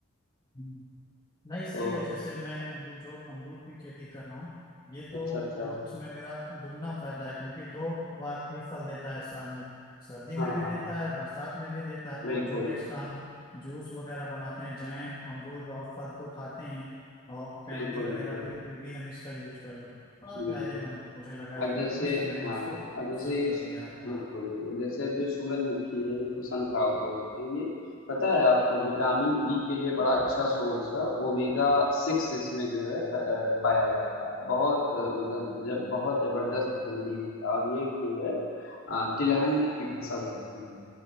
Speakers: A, on the left (about 20°); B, on the left (about 75°).
A: हम्म। नहीं सही
B: तो
A: है जैसे मैं अमरूद जो अमरूद की खेती कर रहा हूँ ये तो
B: अच्छा अच्छा
A: अ, उसमें मेरा दुगना फायदा है क्योंकि दो बार ये फल देता है साल में सर्दी
B: हाँ
A: में भी देता है बरसात में भी देता है
B: बिल्कुल
A: और जो है इसका हम जूस वगैरह बनाते हैं जैम अमरूद और फल तो खाते ही हैं और कैंडी
B: बिल्कुल
A: वगैरह
B: बिल्कुल
A: भी भी हम इसका यूज कर रहे हैं बड़ा
B: बिल्कुल
A: फायदेमंद मुझे लगा ये
B: अब जैसे
A: बिजनेस तो मैंने
B: हाँ
A: इसको
B: अब जैसे
A: शुरू
B: ये
A: कर दिया है हाँ
B: बिल्कुल बिल्कुल जैसे अब जो सूरजमुखी है जिसको सनफ्लावर बोलते हैं ये पता है आपको विटामिन ई के लिए बड़ा अच्छा सोर्स है ओमेगा सिक्स इसमें जो है अ, पाया जाता है बहुत अ, मतलब जब बहुत जबरदस्त हेल्दी होता है और ये जो है अ, तिलहन की फसल होती है